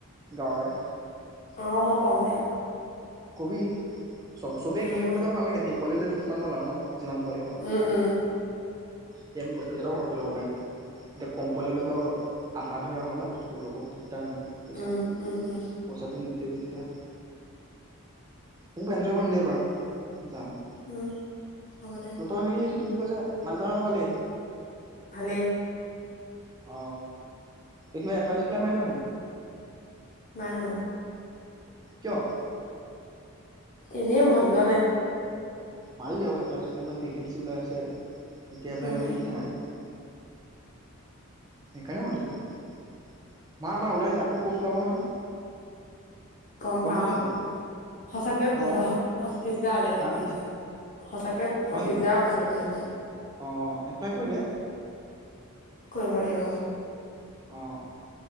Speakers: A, on the right (about 15°); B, on the left (about 35°).
A: গাঁৱৰে।
B: অ, মই ক'ম দে।
A: ক'বি, চব চবেই
B: উম
A: একেলেগে গ'লেটো আউ, ভাল লাগে, ঢেই পোৱালী হ'লে দে সিমান ভাল আৰু ন? যিমান পোৱালী হ'ব।
B: উম, উম।
A: তেতিয়া আমি বস্তুকেইটাও সৰহকে ল'ব পাৰিম, এতিয়া কম পোৱালী হ'লে ধৰ আধা আধুৰা হয় ন' বস্তুটো ল'ব। দিগদাৰ মানে পইচা,
B: উম উম উম
A: পইচাটো নিমিলেগে তেতিয়া। খোপ এঞ্জয় কৰিম দে এইবাৰ, যাম।
B: উম, হ'ব দে।
A: ত'তৰ হেৰি এইটো কি বুলি কয় যে? মা-দেটাহঁতৰ ভালেই।
B: ভালেই।
A: অ, কিবা এপ্লাই-চেপ্লাই মাৰিছনে নাই?
B: নাই মৰা।
A: কিয়?
B: এনেই মন যোৱা নাই।
A: মাৰিবি আকৌ এপ্লাই-চেপ্লাই, ইমান ভেকেঞ্চি ওলাই আছে, এতিয়া এপ্লাই
B: উম
A: নামাৰিলে কেতিয়া মাৰিবি? সেইকাৰণে সুধিছো আউ। মাৰ, মাৰ ওলাইছে, আকৌ প'ষ্ট ওলাব নহয়?
B: গম পাওঁ।
A: পাইছ নাই
B: সচাকৈয়ে
A: অ
B: পোন্ধৰ, পঁচিশ হাজাৰ ওলাইছে
A: হা
B: পুলিচৰ। সঁচাকে পঁচিছ
A: হয় নেকি
B: হাজাৰ উঠিছে পুলিচৰ।
A: অ', এপ্লাই কৰি দিয়া
B: কৰিব লাগিব ৰ।
A: অ',